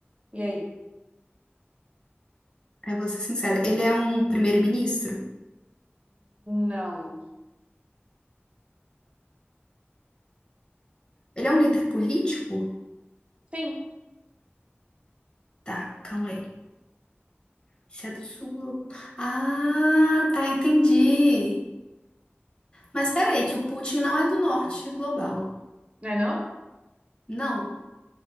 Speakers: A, on the right; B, on the left.
A: E aí?
B: eu vou ser sincera. Ele é um primeiro-ministro?
A: Não.
B: Ele é um líder político?
A: Sim,
B: Tá, calma aí. Se é do sul. Ah, tá, entendi. Mas peraí, que o Putin não é do norte global.
A: né não?
B: Não.